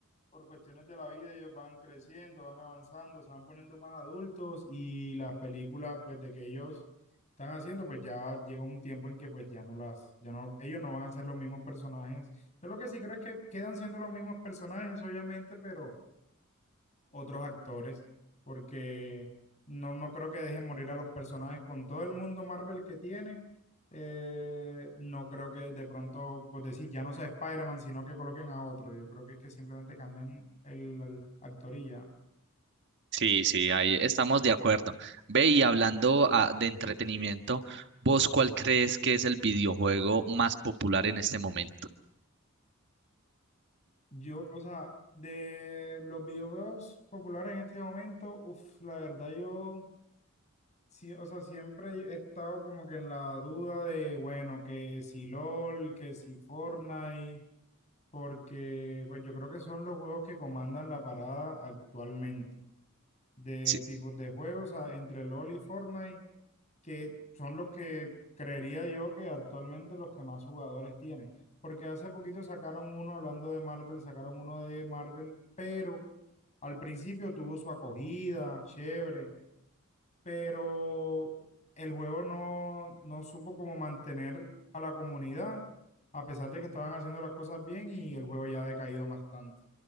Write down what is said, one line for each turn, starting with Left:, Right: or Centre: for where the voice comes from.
Left: por cuestiones de la vida, ellos van creciendo, van avanzando, se van poniendo más adultos y las películas, pues, de que ellos están haciendo, pues ya va- llega un tiempo en que, pues, ya no las, ya no, ellos no van a ser los mismos personajes. Yo lo que sí creo es que quedan siendo los mismos personajes, obviamente, pero otros actores, porque no, no creo que dejen morir a los personajes con todo el mundo Marvel que tiene. eh, no creo que de pronto, pues decir, ya no sea Spider-Man, sino que coloquen a otro. Yo creo que es que simplemente cambian el, el actor y ya.
Right: Sí, sí, ahí estamos de acuerdo. Ve y hablando ah, de entretenimiento, ¿vos cuál crees que es el videojuego más popular en este momento?
Left: Yo, o sea, de los videojuegos populares en este momento, uff, la verdad yo, sí, o sea, siempre he estado como que en la duda de, bueno, que si LOL, que si Fortnite porque pues yo creo que son los juegos que comandan la parada actualmente, de
Right: Sí,
Left: tipos de juegos a- entre LoL y Fortnite, que son los que creería yo que actualmente los que más jugadores tienen, porque hace poquito sacaron uno hablando de Marvel, sacaron uno de Marvel, pero al principio tuvo su acogida, chévere, pero el juego no, no supo cómo mantener a la comunidad, a pesar de que estaban haciendo las cosas bien y el juego ya ha decaído bastante.